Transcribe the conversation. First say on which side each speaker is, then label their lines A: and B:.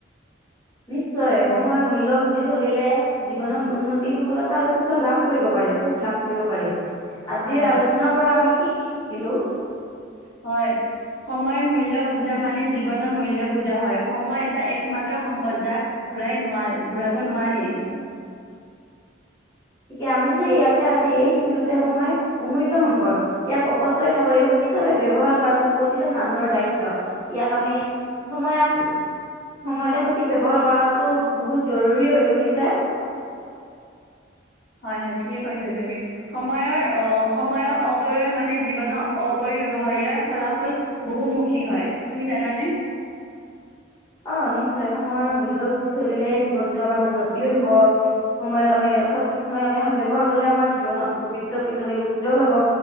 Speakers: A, on the left; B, on the left.
A: নিশ্চয় সময়ৰ মূল্য বুজি চলিলে জীৱনত উন্নতি সফলতা আৰু সুখ লাভ কৰিব পাৰে সুখ লাভ কৰিব পাৰি। আজিৰ
B: হয় হয়
A: আলোচনাৰ পৰা আমি কি, কি শিকিলো?
B: হয়। সময়ৰ মূল্য বুজা মানে জীৱনৰ মূল্য বুজা হয়, সময় এটা একমাত্ৰ সম্পদ যাক ঘূৰাই নোৱাৰ ঘূৰাব নোৱাৰি আমি
A: গতিকে আমি যে ইয়াতে আজি শিকিলোঁ যে সময় অমূল্য সম্পদ। ইয়াক অপচয় নকৰি সঠিকভাৱে ব্যৱহাৰ কৰাটো প্ৰতিজন মানুহৰ দায়িত্ব ইয়াক আমি সময়ত সময়তে সঠিক ব্যৱহাৰ কৰাতো বহুত জৰুৰী হৈ পৰিছে।
B: হয়, হয় ঠিকে কৈছা তুমি। সময়ৰ আহ সময়ৰ অপৰিৱ মানে জীৱনৰ অপৰিব্যৱহাৰ ইয়াৰ ফলাফল বহুমুখী হয় তুমি জানা নে।
A: অ', নিশ্চয় সময়ৰ মূল্য বুজি চলিলে জীৱনটো আমাৰ উন্নতিও হ'ব। সময়ত আমি সৎ সময় আমি সদব্যৱহাৰ কৰিলে আমাৰ জীৱনত ভৱিষ্যৰ পিছলৈকে উজ্জ্বল হ'ব।